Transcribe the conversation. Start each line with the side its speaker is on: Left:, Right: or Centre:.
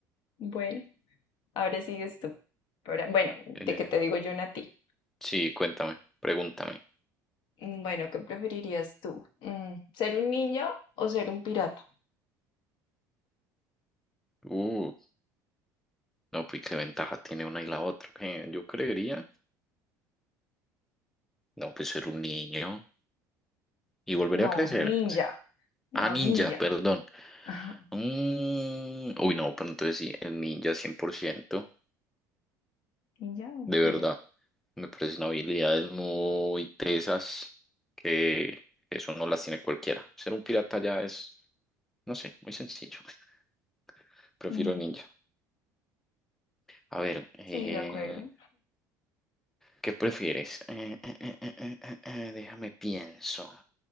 Left: Bueno, ahora sigues tú. Ahora- bueno, de
Centre: Eh,
Left: que te digo yo una a ti.
Centre: sí, cuéntame, pregúntame.
Left: Mm, Bueno, ¿qué preferirías tú? Mm, ¿ser un ninja o ser un pirata?
Centre: Uh, no, pues qué ventaja tiene una y la otra. ¿Qué? Yo creería, no, pues ser un niño y volver
Left: No,
Centre: a crecer.
Left: ninja.
Centre: o sea,
Left: No,
Centre: ah, ninja,
Left: ninja.
Centre: perdón.
Left: <laughs> Ajá.
Centre: Mm, uy, no, pero entonces sí, el ninja 100%
Left: Ninja, ok.
Centre: de verdad. Me parecen habilidades muy tesas que eso no las tiene cualquiera. Ser un pirata ya es, no sé, muy sencillo. <laughs> Prefiero
Left: Mm,
Centre: ninja. A ver, eh,
Left: sí, de acuerdo.
Centre: ¿qué prefieres? Eh, eh, eh, eh, eh, eh, eh, déjame pienso.